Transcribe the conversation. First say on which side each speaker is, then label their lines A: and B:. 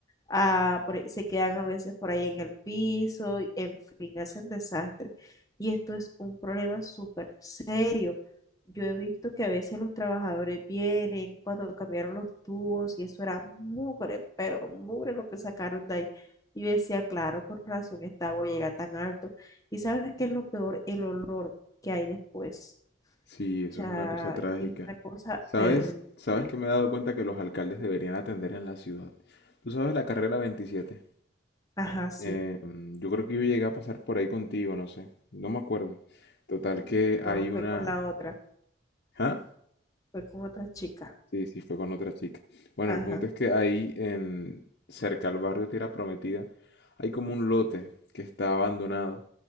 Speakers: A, on the left; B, on the left.
A: ah, por ahí- se quedan a veces por ahí en el piso, y, en fin, hacen desastre. Y esto es un problema súper serio. Yo he visto que a veces los trabajadores vienen cuando cambiaron los tubos y eso era mugre, pero mugre lo que sacaron de ahí. Y yo decía, claro, con razón esta agua llega tan alto. ¿Y sabes qué es lo peor? El olor que hay después.
B: Sí, eso
A: O sea,
B: es una cosa trágica.
A: es una cosa
B: ¿Sabes?
A: terrible.
B: ¿Sabes que me he dado cuenta que los alcaldes deberían atender en la ciudad? Tú sabes la carrera 27.
A: Ajá, sí.
B: Eh, mm, yo creo que yo llegué a pasar por ahí contigo, no sé. No me acuerdo. Total que hay
A: No,
B: una...
A: fue con la otra,
B: ¿Ah?
A: fue con otra chica.
B: Sí, sí, fue con otra chica. Bueno,
A: Ajá.
B: el punto es que ahí en cerca al barrio Tierra Prometida hay como un lote que está abandonado